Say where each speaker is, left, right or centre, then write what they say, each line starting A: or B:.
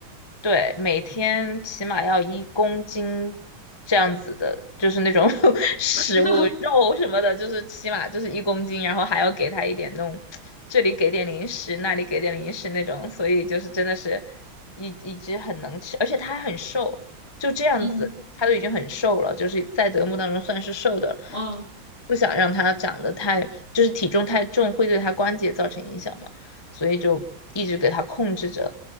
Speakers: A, on the left; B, on the left.
A: 对，每天起码要一公斤这样子的，就是那种 <laughs> 食物、
B: <laughs>
A: 肉什么的，就是起码就是一公斤，然后还要给他一点那种，这里给点零食，那里给点零食那种，所以就是真的是一一只很能吃，而且它还很瘦，就这样子，
B: 嗯
A: 它都已经很瘦了，就是在德牧当中算是瘦的了，
B: 嗯
A: 不想让它长得太，就是体重太重会对它关节造成影响嘛，所以就一直给它控制着。